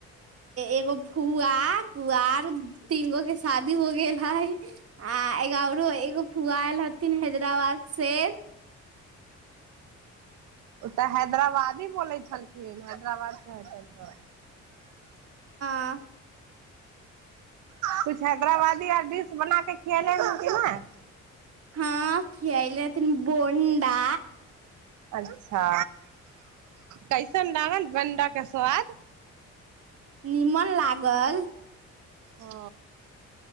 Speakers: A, on the right; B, on the right.
A: एगो फूआ पुआर तीन गो के शादी हो गेल हई आ एगाररो एगो फूआ एल हथिन हैदराबाद से
B: ओ तऽ हैदराबादी बोलै छलखिन हैदराबाद केे तऽ
A: आ
B: कुछ हैदराबादी आर डिश बना क खियएले ह क ने
A: हँ खियलेथिन बोंडा
B: अच्छा कैसन लागल गणडाे स्वाद
A: निीमन लागल
B: ओ